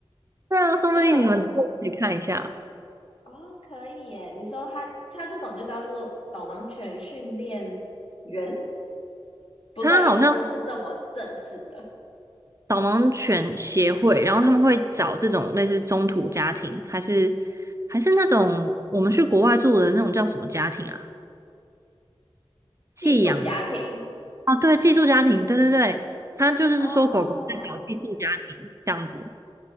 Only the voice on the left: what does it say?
<laughs>
只有哦，可以耶。你说它它这种就叫做导盲犬训练员？不对，
应该不是这么正式的
寄宿家庭。
哦，